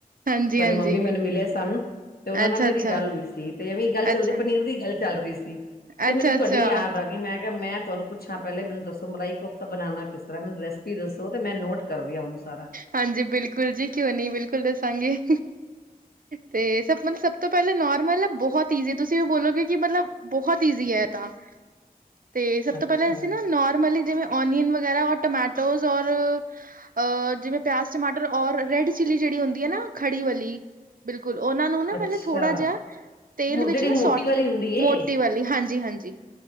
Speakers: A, on the right (about 65°); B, on the left (about 80°).
A: ਹਾਂਜੀ-ਹਾਂਜੀ।
B: ਤੁਹਾਡੀ ਮੰਮੀ ਮੈਨੂੰ ਮਿਲੇ ਸਨ ਤੇ ਉਹਨਾਂ
A: ਅੱਛਾ-ਅੱਛਾ,
B: ਨਾਲ ਮੇਰੀ ਗੱਲ ਹੋਈ ਸੀ ਤੇ ਐਵੇਂ ਗੱਲ
A: ਅੱਛਾ।
B: ਚੱਲਦੇ ਪਨੀਰ ਦੀ ਗੱਲ ਚੱਲ ਰਹੀ ਸੀ ਤੇ
A: ਅੱਛਾ-ਅੱਛਾ,
B: ਮੈਨੂੰ ਤੁਹਾਡੀ ਯਾਦ ਆ ਗਈ ਮੈਂ ਕਿਹਾ ਮੈਂ ਤੁਹਾਨੂੰ ਪੁੱਛਾਂ ਪਹਿਲੇ ਮੈਨੂੰ ਦੱਸੋ ਮਲਾਈ ਕੋ ਤਾਂ ਬਣਾਣਾ ਕਿਸ ਤਰ੍ਹਾਂ ਮੈਨੂੰ ਰੈਸਪੀ ਦੱਸੋ ਤੇ ਮੈਂ ਨੋਟ ਕਰਦੀ ਆ ਉਹਨੂੰ ਸਾਰਾ
A: ਹਾਂਜੀ ਬਿਲਕੁਲ ਜੀ ਕਿਉਂ ਨੀ ਬਿਲਕੁਲ ਦੱਸਾਂਗੇ। <inaudible> ਤੇ ਸਭ ਮਤਲਬ ਸਭ ਤੋਂ ਪਹਿਲਾਂ ਨੋਰਮਲ ਆ ਬਹੁਤ ਈਜ਼ੀ ਤੁਸੀਂ ਵੀ ਬੋਲੋ ਕਿਉਂਕਿ ਮਤਲਬ ਬਹੁਤ ਈਜ਼ੀ ਹੈ ਤਾਂ ਤੇ ਸਭ
B: ਅੱਛਾ
A: ਤੋਂ ਪਹਿਲਾਂ ਅਸੀਂ ਨਾ ਨੋਰਮਲੀ ਜਿਵੇਂ ਓਨੀਅਨ ਵਗੈਰਾ ਰ ਟਮੈਟੋ ਔਰ ਅ ਜਿਵੇਂ ਪਿਆਜ਼ ਟਮਾਟਰ ਔਰ ਰੈਡ ਚਿਲੀ ਜਿਹੜੀ ਹੁੰਦੀ ਆ ਨਾ ਖੜੀ ਵਲੀ ਬਿਲਕੁਲ ਉਹਨਾਂ ਨੂੰ ਨਾ
B: ਅੱਛਾ
A: ਪਹਿਲੇ ਥੋੜਾ ਜਿਹਾ ਤੇਲ
B: ਮੋ
A: ਵਿਚ
B: ਜਿਹੜੀ
A: ਨਾ
B: ਮੋਟੀ
A: ਸੋਟ
B: ਵਾਲੀ ਹੁੰਦੀ
A: ਮੋਟੀ
B: ਏ
A: ਵਾਲੀ ਹਾਂਜੀ -ਹਾਂਜੀ